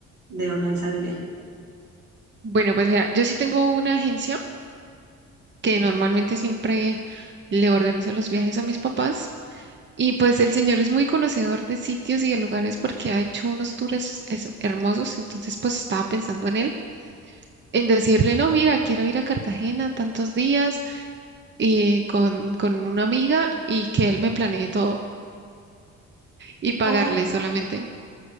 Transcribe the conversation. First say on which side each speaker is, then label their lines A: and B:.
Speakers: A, on the right; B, on the right.
A: de organizar el viaje.
B: Bueno, pues mira, yo sí tengo una agencia que normalmente siempre le organizo los viajes a mis papás y pues el señor es muy conocedor de sitios y de lugares porque ha hecho unos tours es- hermosos, entonces pues estaba pensando en él, en decirle, no, mira, quiero ir a Cartagena tantos días y con, con una amiga y que él me planee todo y pagarle
A: Ok,
B: solamente.